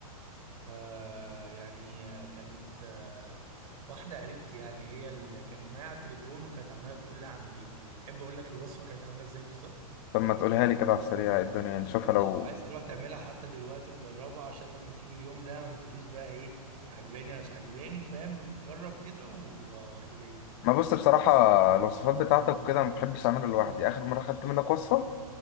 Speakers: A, on the right; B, on the left.
A: آه يعني آه، كانت آه واحدة قريبتي يعني هي اللي كانت معايا على التليفون وكانت عمالة تقول لي اعمل ايه تحب اقول لك الوصفة كانت عاملة ازاي بالظبط
B: طب ما تقولها لي كده على السريع إيه الدنيا نشوفها
A: ماشي
B: لو
A: لو عايز تروح تعملها حتى دلوقتي تجربها عشان لما تيجي اليوم ده ما تقوليش بقى ايه عجباني ولا مش عجباني فاهم جرب كده و- وهتدعيلي
B: ما بص بصراحة
A: بص
B: الوصفات بتاعتك
A: امم
B: كده ما بحبش أعمله لوحدي آخر مرة خدت منك وصفة